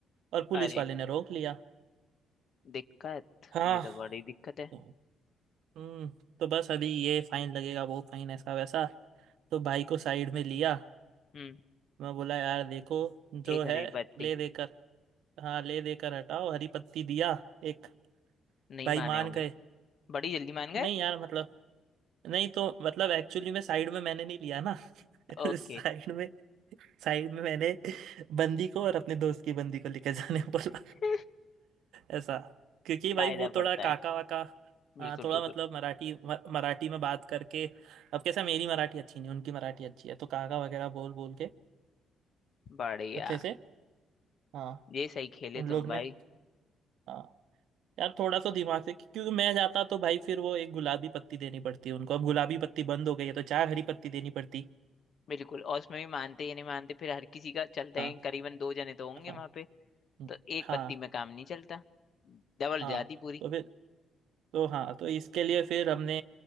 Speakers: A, on the right; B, on the left.
A: और पुलिस
B: अरे
A: वाले ने रोक लिया
B: दिक्कत
A: हाँ
B: ये तो बड़ी दिक्कत है
A: तो, हम्म तो बस अभी ये फाइन लगेगा वो फाइन ऐसा वैसा तो भाई को साइड में लिया
B: हम्म
A: मैं बोला यार देखो जो
B: एक हरी
A: है
B: पत्ती
A: ले देकर हाँ ले देकर हटाओ हरी पत्ती दिया एक
B: नहीं
A: भाई
B: माने
A: मान
B: होंगे
A: गए
B: बड़ी जल्दी मान गए
A: नहीं यार मतलब नहीं तो मतलब एक्चुअली में साइड में मैंने नहीं लिया ना <laughs>
B: ओके
A: साइड में साइड में मैंने बंदी को और अपने दोस्त की बंदी को लेकर जाने <laughs> बोला
B: <laughs>
A: ऐसा क्योंकि भाई
B: फायदा
A: वो
B: पड़ता
A: थोड़ा काका
B: है
A: वाका हाँ
B: बिल्कुल
A: थोड़ा
B: बिल्कुल
A: मतलब मराठी म, मराठी में बात करके अब कैसा मेरी मराठी अच्छी नहीं उनकी मराठी अच्छी है तो काका वगैरह बोल बोल के
B: बढ़िया
A: अच्छे से हाँ
B: ये सही खेले
A: उन लोग
B: तुम
A: ने
B: भाई
A: हाँ यार थोड़ा सा दिमाग से क्योंकि मैं जाता तो भाई फिर वो एक गुलाबी पत्ती देनी पड़ती है उनको अब गुलाबी पत्ती बंद हो गई है तो चार हरी पत्ती देनी पड़ती
B: बिल्कुल और उसमें भी मानते या नहीं मानते फिर हर किसी का चलते
A: हाँ
B: हैं करीबन दो जने तो होंगे
A: हाँ
B: वहां पे
A: हम्म,
B: तो एक
A: हाँ
B: पत्ती में काम नहीं चलता डबल
A: हाँ
B: जाती पूरी
A: तो फिर तो हाँ तो इसके लिए फिर हमने